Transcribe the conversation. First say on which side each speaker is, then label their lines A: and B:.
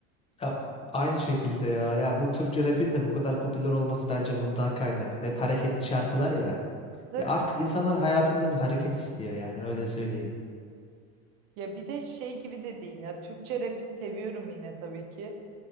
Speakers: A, on the left; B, on the right.
A: Ya, aynı şekilde ya. Ya bu Türkçe rap'in de bu kadar popüler olması bence bundan kaynaklı. Hep hareketli şarkılar ya.
B: Tabii.
A: Ya artık insanlar hayatında bir hareket istiyor yani öyle söyleyeyim.
B: Ya bir de şey gibi de değil ya. Türkçe rap'i seviyorum yine tabii ki.